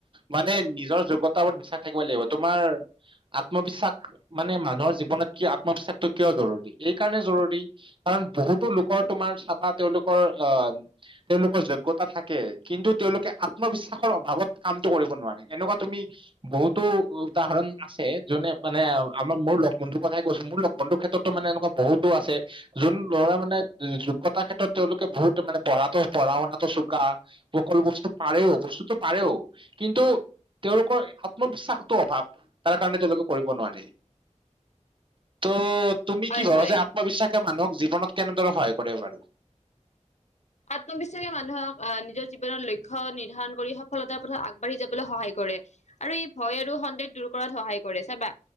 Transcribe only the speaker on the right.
মানে নিজৰ যোগ্যতাৰ ওপৰত থাকিব লাগিব তোমাৰ আত্মবিশ্বাস মানে মানুহৰ জীৱনত ক আত্মবিশ্বাসটো কিয় জৰুৰী এই কাৰণে জৰুৰী কাৰণ বহুতো লোকৰ তোমাৰ চাবা তেওঁলোকৰ অ তেওঁলোকৰ যোগ্য়তা থাকে কিন্তু তেওঁলোকে আত্মবিশ্বাসৰ অভাৱত কামতটো কৰিব নোৱাৰে এনেকুৱা তুমি বহুতো উদাহৰণ আছে যোনে মানে আমাৰ মোৰ লগ বন্ধুৰ কথাই কৈছো মোৰ লগ বন্ধুৰ ক্ষেত্ৰতো মানে এনেকুৱা বহুতো আছে যোন মানে যোগ্যতাৰ ক্ষেত্ৰত তেওঁলোকে বহুত মানে পঢ়া পঢ়া শুনাটো চোকা সকলো বস্তু পা বস্তুতটো পাৰে কিন্তু তেওঁলোকৰ আত্মবিশ্বাসটো অভাৱ তাৰ কাৰণ তেওঁলোকে কৰিব নোৱাৰি তো তুমি
কি ভৰ
যে আত্মবিশ্বাসে মানুহক জীৱনত কেনেদৰে সহায় কৰে বাৰু